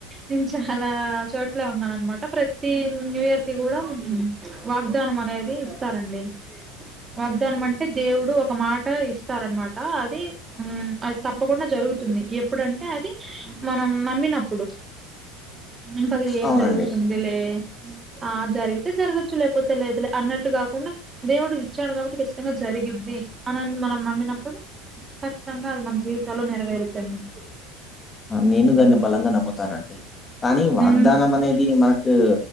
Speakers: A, on the right; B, on the left.
A: నేను చాలా చోట్లే ఉన్నాను అనమాట ప్రతి న్యూ ఇయర్ కి కూడా వాగ్దానం అనేది ఇస్తారండి వాగ్దానం అంటే దేవుడు ఒక మాట ఇస్తారనమాట అది అది తప్పకుండా జరుగుతుంది ఎప్పుడంటే అది మనం నమ్మినప్పుడు ఇంక ఆది ఏం
B: అవునండి.
A: జరుగుతుంది లే ఆ జరిగితే జరగచ్చు లేకపోతే లేదులే అన్నట్టు కాకుండా దేవుడు ఇచ్చాడు కాబట్టి కచ్చితంగా జరిగిద్ది అనీ మనం నమ్మినప్పుడు ఖచ్చితంగా అది మన జీవితాల్లో నెరవేరుతుంది అండీ
B: నేను దాన్ని బలంగా నమ్ముతానండి కానీ వాగ్దానం
A: ఉమ్
B: అనేది మనకు